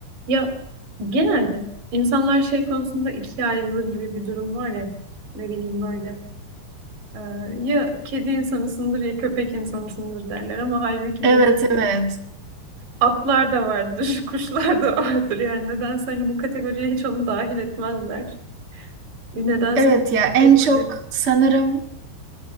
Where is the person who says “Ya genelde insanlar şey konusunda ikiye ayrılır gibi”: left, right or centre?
Right